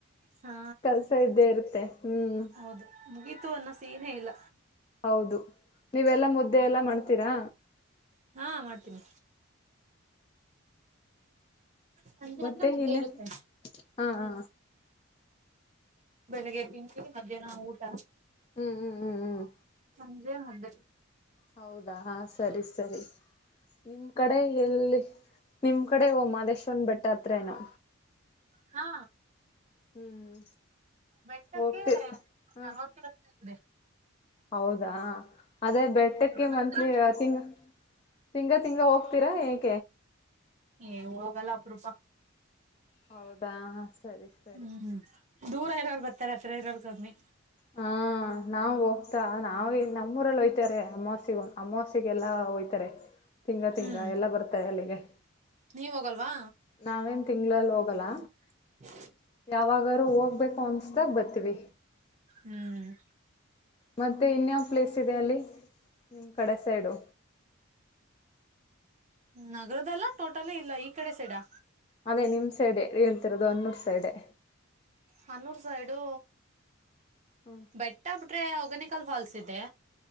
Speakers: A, on the right (about 35°); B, on the left (about 25°).
A: ಹಾ
B: ಕೆಲ್ಸ ಇದ್ದೇ ಇರುತ್ತೆ ಹ್ಮ್
A: ಹೌದು ಮುಗಿತ್ತು ಅನ್ನೋ ಸೀನೆ ಇಲ್ಲ
B: ಹೌದು ನೀವೆಲ್ಲಾ ಮುದ್ದೆ ಎಲ್ಲಾ ಮಾಡ್ತೀರಾ?
A: ಹಾ ಮಾಡ್ತೀನಿ. ಸಂಜೆ
B: ಮತ್ತೆ
A: ಅಂದ್ರೆ ಮುದ್ದೆ
B: ಏನ್
A: ಇರುತ್ತೆ
B: ಹಾ ಹಾ
A: ಬೆಳಿಗ್ಗೆ ತಿಂಡಿ ಮಧ್ಯಾಹ್ನ ಊಟ
B: ಹ್ಮ್ ಹ್ಮ್ ಹ್ಮ್ ಹ್ಮ್
A: ಸಂಜೆ ಮುದ್ದೆ
B: ಹೌದಾ ಸರಿ ಸರಿ ನಿಮ್ ಕಡೆ ಎಲ್ಲಿ ನಿಮ್ ಕಡೆ ಮಾದೇಶ್ವರನ ಬೆಟ್ಟ ಹತ್ರ ಏನೋ
A: ಹಾ
B: ಹ್ಮ್
A: ಬೆಟ್ಟಕ್ಕೆ
B: ಹೋಗ್ತಿ ಹ
A: ನಲವತ್ತು ಕಿಲೋಮೀಟರ್ ಇದೆ.
B: ಹೌದಾ ಅದೇ ಬೆಟ್ಟಕ್ಕೆ
A: ಹತ್ರನೇ
B: ಮಂತ್ಲಿ ತಿಂಗ ತಿಂಗಳ ತಿಂಗಳ ಹೋಗ್ ತ್ತೀರ ಹೆಗ್
A: ಏ ಹೋಗಲ್ಲ ಅಪರೂಪ.
B: ಹೌದಾ ಸರಿ ಸರಿ
A: ಹ್ಮ್ ದೂರ ಇರೋರು ಬರ್ತಾರೆ ಹತ್ತಿರ ಇರೋರು ಕಮ್ಮಿ
B: ಹಾ ನಾವ್ ಹೋಗ್ತಾ ನಾವೇ ನಮ್ಮೂರಲ್ಲಿ ಹೋಯ್ತಾರೆ ಅಮವಾಸ್ಯೆಗ್ ಅಮಾವಾಸ್ಯೆಗೆಲ್ಲ ಹೊಯ್ತಾರೆ ತಿಂಗಳ
A: ಹ್ಮ್
B: ತಿಂಗಳ ಎಲ್ಲ ಬರ್ತಾರೆ ಅಲ್ಲಿಗೆ.
A: ನೀವ್ ಹೋಗಲ್ವಾ
B: ನಾವೇನ್ ತಿಂಗಳಲ್ಲಿ ಹೋಗಲ್ಲ.
A: <unintelligible>
B: ಯಾವಾಗಾರೂ ಹೋಗ್ಬೇಕು ಅನ್ಸದಾಗ ಬತ್ತೀವಿ.
A: ಹ್ಮ್
B: ಮತ್ತೆ ಇನ್ಯಾವ್ ಪ್ಲೇಸ್ ಇದೆ ಅಲ್ಲಿ ನಿಮ್ ಕಡೆ ಸೈಡು
A: ನಗರದಲ್ಲಾ ಟೋಟಲ್ಲ ಇಲ್ಲಾ ಈ ಕಡೆ ಸೈಡಾ.
B: ಅದೇ ನಿಮ್ ಸೈಡ್ ಹೇಳ್ತಿರೋದು ಹನ್ನೂರ್ ಸೈಡೆ
A: ಹನ್ನೂರ್ ಸೈಡು
B: ಹ್ಮ
A: ಬೆಟ್ಟ ಬಿಟ್ರೆ ಹೊ ಗನಿಕಲ್ ಫಾಲ್ಸ್ ಇದೆ.